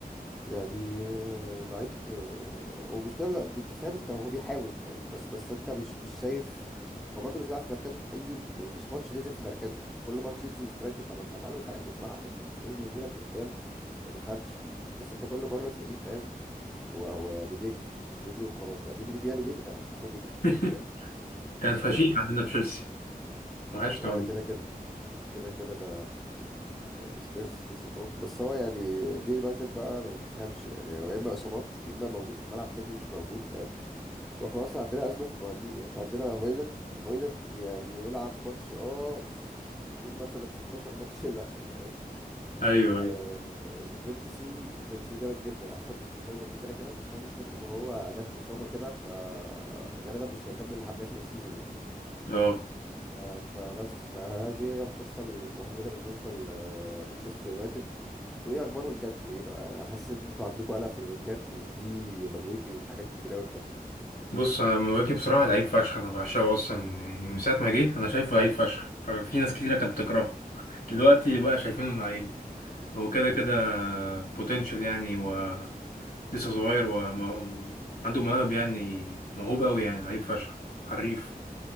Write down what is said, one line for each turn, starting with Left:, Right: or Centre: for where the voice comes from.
Centre: يعني آه، لعيب آه، ومشكلة لا، انت فاهم انت هو بيحاول فاهم بس بس انت مش مش شايف هو برضه مش بيلعب في مركزه في اي يعني مفيش ماتش نزل في مركزه كل ماتش ينزل سترايكر طب انت يا معلم انت لعيب نص ملعب اصلا انت ليه منزلك قدام ما تفهمش بس انت كل مره تلاقيه فاهم هو هو يعني بيجري بيجري وخلاص بقى بيجري بيعمل ايه ما تعرفش بس هو بيجري
Left: <laughs>
Centre: فاهم
Left: كان فشيخ
Centre: يعني
Left: عندنا
Centre: في
Left: في تشيلسي وحشنا
Centre: اه
Left: والله
Centre: ده كده كده كده كده ده استاذ ميسون ماونت بس هو يعني جه يونايتد بقى ما ما تفهمش يعني هو يا اما اصابات يا اما موجود في الملعب كده مش موجود فاهم واحنا اصلا عندنا ازمه في المهاجمين يعني احنا عندنا هويلاند هويلاند يعني يلعب ماتش اه س- قول مثلا 16 ماتش <laughs> لا فاهم
Left: ايوه
Centre: و...
Left: ايوه
Centre: وزيركسي زيركسي جامد جدا احسن من هويلاند كده كده <laughs> بس هو مشكلته ان هو جت اصابه كده فغالبا مش هيكمل لحد اخر السيزون يعني
Left: اه
Centre: آه، فبس فهذه هي القصة المهزلة بالنسبة لمانشستر يونايتد انتوا ايه اخبار وينجاتكوا ايه بقى انا حاسس ان انتوا عندكوا قلق في الوينجات وفي مدويكي وحاجات كتير قوي بتحصل
Left: بص انا مواكب بصراحه لعيب فشخ انا بعشقه اصلا يعني من ساعه ما جه انا شايفه لعيب فشخ ففي ناس كتيره كانت بتكرهه دلوقتي بقى شايفينه لعيب هو كده كده بوتنشال يعني و لسه صغير وعنده موهب يعني موهوب قوي يعني لعيب فشخ حريف